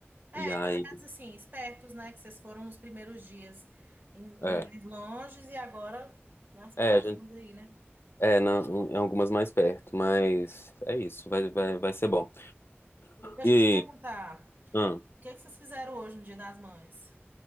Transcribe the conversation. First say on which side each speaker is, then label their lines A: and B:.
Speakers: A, on the right; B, on the left.
A: É,
B: E aí,
A: pelo menos assim, espertos, né? Que vocês foram nos primeiros dias em, em
B: é,
A: mais longes e agora nas próximas
B: é, a gente,
A: aí, né?
B: é na- em algumas mais perto, mas é isso, vai, vai, vai ser bom.
A: Deixa
B: E,
A: eu te perguntar,
B: hum,
A: o que é que vocês fizeram hoje no Dia das Mães?